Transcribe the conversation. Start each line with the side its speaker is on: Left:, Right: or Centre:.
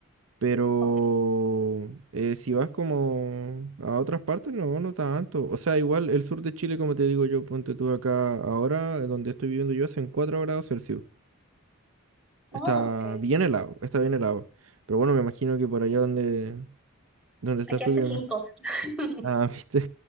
Right: Pero
Centre: Ok.
Right: eh, si vas como a otras partes, no, no tanto. O sea, igual el sur de Chile, como te digo yo, ponte tú acá ahora, eh, donde estoy viviendo yo, hacen 4 grados Celsius. Está
Centre: Oh, ok.
Right: bien helado, está bien helado. Pero bueno, me imagino que por allá donde, donde estás
Centre: Aquí
Right: tú
Centre: hace
Right: que...
Centre: cinco. <laughs>
Right: Ah, <laughs> viste,